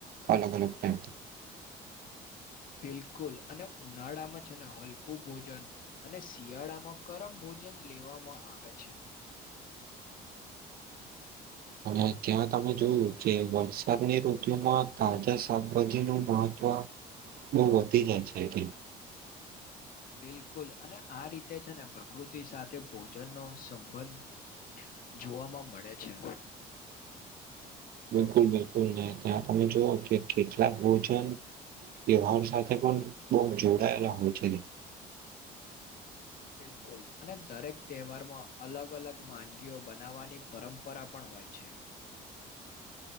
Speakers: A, on the right (about 60°); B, on the left (about 55°).
A: અલગ અલગ ટાઈમ
B: બિલકુલ અને ઉનાળામાં છે ને હલકું ભોજન અને શિયાળામાં ગરમ ભોજન ભોજન લેવામાં આવે છે
A: અને ત્યાં તમે જોયું કે વરસાદની ઋતુમાં તાજા શાકભાજી નું મહત્વ બહુ વધી જાય છે એટલે
B: બિલકુલ અને આ રીતે છે ને પ્રકૃતિ સાથે ભોજન નો સંબંધ જોવામાં મળે છે
A: બિલકુલ બિલકુલ નહી ત્યાં તમે જોઓ કે કેટલાક ભોજન ત્યવાાર સાથે પણ બહુ જોડાયેલા હોય છે
B: બિલકુલ અને દરેક તહેવારમાં અલગ અલગ વાનગીઓ બનાવવાની પરંપરા પણ હોય હો છે